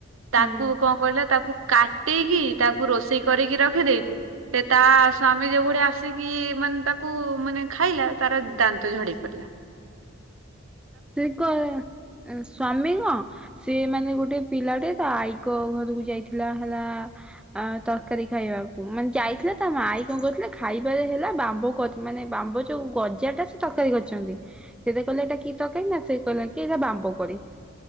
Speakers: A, on the right; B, in the centre.
A: ତାକୁ
B: ହୁଁ
A: କଣ କହିଲା ତାକୁ କାଟିକି ତାକୁ ରୋଷେଇ କରିକି ରଖିଦେଇଛି। ସେ ତା ସ୍ଵାମୀ ଯୋଉଭଳିଆ ଆସିକି ମାନେ ତାକୁ ମାନେ ଖାଇଲା ତାର ଦାନ୍ତ ଝଡ଼ି ପଡ଼ି। <unintelligible>
B: <unintelligible> ସେ ମାନେ ଗୋଟେ ପିଲାଟେ ତା ଆଈକ ଘରକୁ ଯାଇଥିଲା ହେଲା ଆ ତରକାରୀ ଖାଇବାକୁ ମାନେ ଯାଇଥିଲେ ତା ମାଇ କଣ କହୁଥିଲେ ଖାଇବାରେ ହେଲା ବାମ୍ୱ କରି ମାନେ ବାମ୍ବୁଚୁ ଗଜାଟେ ସେ ତରକାରି କରିଛନ୍ତି। ସେ ଦେଖିଲେ ଏଟା କି ତରକାରୀ ନା ସେ କହିଲା କି ଏଗା ବାମ୍ବ କରି